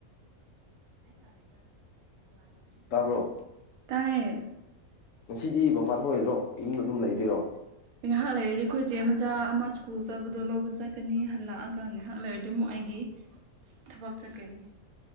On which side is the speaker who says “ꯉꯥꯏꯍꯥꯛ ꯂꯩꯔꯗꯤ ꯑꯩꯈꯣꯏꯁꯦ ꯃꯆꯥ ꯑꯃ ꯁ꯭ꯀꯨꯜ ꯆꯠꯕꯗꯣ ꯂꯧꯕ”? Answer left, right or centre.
Right